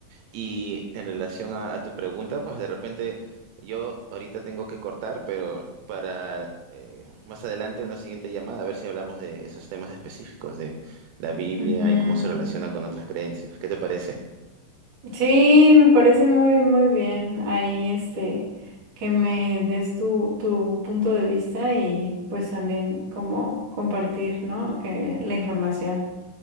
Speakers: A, on the right (about 80°); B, on the right (about 40°).
A: Y en relación a, a tu pregunta, pues de repente yo ahorita tengo que cortar, pero para eh, más adelante una siguiente llamada, a ver si hablamos de esos temas específicos de la Biblia
B: Ujú.
A: y cómo se relaciona con otras creencias. ¿Qué te parece?
B: Sí, me parece muy, muy bien ahí este que me des tu, tu punto de vista y pues también como compartir, ¿no? Que la información.